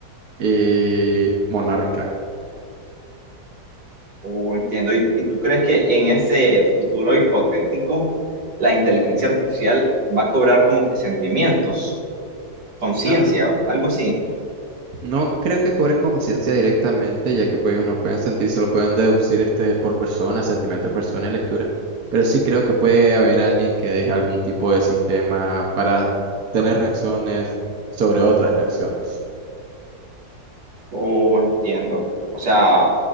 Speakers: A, on the right; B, on the right.
A: eh, monarca.
B: oh, entiendo. ¿Y, y tú crees que en ese futuro hipotético la inteligencia artificial va a cobrar como que sentimientos, conciencia,
A: No,
B: o algo así?
A: No creo que cobre conciencia directamente, ya que pues ellos no pueden sentir, solo pueden deducir este por persona, sentimiento de persona y lectura. Pero sí creo que puede haber alguien que deje algún tipo de sistema para tener reacciones sobre otras reacciones.
B: o entiendo. O sea,